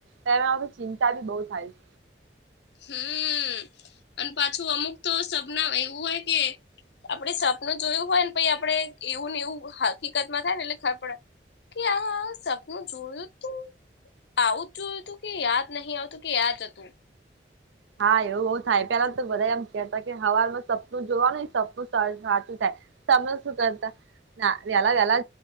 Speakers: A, on the right; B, on the left.
A: તોમાં ચિંતા બી બહુ થાય
B: હમ અને પાછું અમુક તો સપના એવું હોય કે આપડ સપનું જોયું હોય ને પી આપડે એવું ને એવું હકીકત માં થાય ને એટલે ખ પડે કે આ સપનું જોયું તું આવું જોયું હતું કે યાદ નહીિ આવતું કે યાદ હતું
A: હા એવું બઉુ થાય પેલા તો બધા એમ ક હવાલમાં સપનું જોવાનું સપનું સાચું તમે શું કરતા ના વેલા વેલા